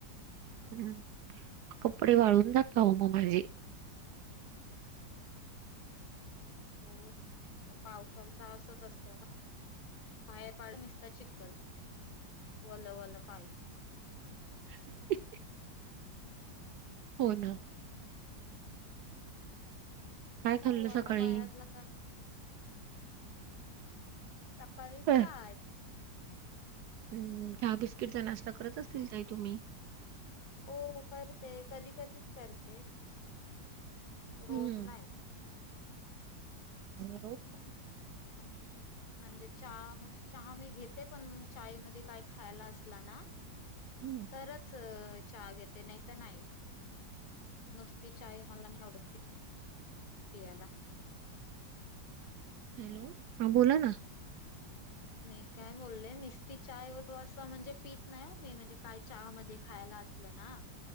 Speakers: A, on the right; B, on the left.
A: हम्म, कपडे वाळून जाताव मधे
B: हो ना, आता पावसांचा असच असतेय. पाया पाड निसता चिखल वल वल पाय
A: <inaudible> हो ना काय
B: म
A: खाल्लं
B: वला
A: सकाळी?
B: पाय असला का सकाळीच
A: अ.
B: चहा
A: हम्म, चहा बिस्किटचा नाश्ता करत असतील ताई तुम्ही
B: हो, करते कधी कधीच करते रोज
A: हम्म,
B: नाही.
A: आणि रोज
B: म्हणजे चहा म्हणजे चहा मी घेते पण चाय मध्ये काय खायला असला ना
A: हम्म.
B: तरच चहा घेते नाही तर नाही. नुसती चाय मला नाही आवडत ते पेयाला
A: हॅलो, हा बोला ना.
B: मी काय बोलले निसती चाय असं म्हणजे पित नाही ओ मी म्हणजे काय चहा मध्ये खायला अस असलं ना